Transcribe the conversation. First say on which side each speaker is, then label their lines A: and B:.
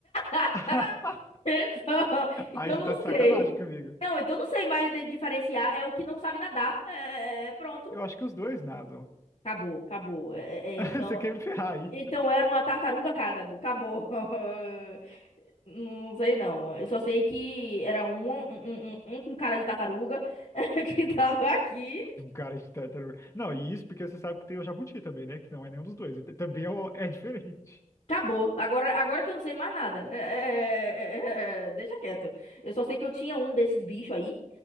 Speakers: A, on the left (about 50°); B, on the left (about 20°).
A: <laughs>
B: <laughs>
A: Então, então
B: Aí você
A: não
B: tá de sacanagem
A: sei.
B: comigo.
A: Não, então não sei mais de- diferenciar. É o que não sabe nadar. É, é, pronto.
B: Eu acho que os dois nadam.
A: Acabou, acabou. É, é,
B: <laughs>
A: é, então.
B: Você quer me ferrar aí?
A: Então era uma tartaruga cágado. Acabou. <laughs> Não sei, não. Eu só sei que era um, um, um, um um com cara de tartaruga <laughs> que tava aqui.
B: Um cara de tartaruga. Não, e isso porque você sabe que tem o jabuti também, né? Que não é nenhum dos dois. Ele Também é, o- é diferente.
A: Acabou. Agora, agora que eu não sei mais nada. É, é, é, é, é, deixa quieto. Eu só sei que eu tinha um desses bichos aí